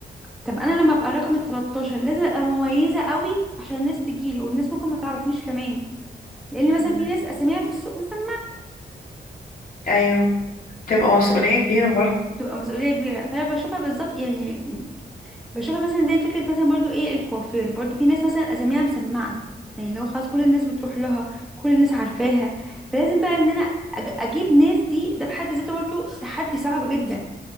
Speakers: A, in the centre; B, on the left.
A: طب انا لما ابقى رقم ال 13 لازم ابقى مميزه قوي عشان الناس تجيلي والناس ممكن ما تعرفنيش كمان لان مثلا
B: مم.
A: في ناس اساميها في السوق مثلا
B: ايوه تبقى مسؤوليه كبيره برضه
A: بتبقى مسؤولية كبيرة فأنا بشوفها بالظبط يعني بشوفها مثلا زي فكرة مثلا برضو ايه الكوافير برضو في ناس مثلا اساميها مسمعة يعني لو خلاص كل الناس بتروح لها كل الناس عارفاها فلازم بقى ان انا أج- اجيب ناس دي ده في حد ذاته برضو تحدي صعب جدا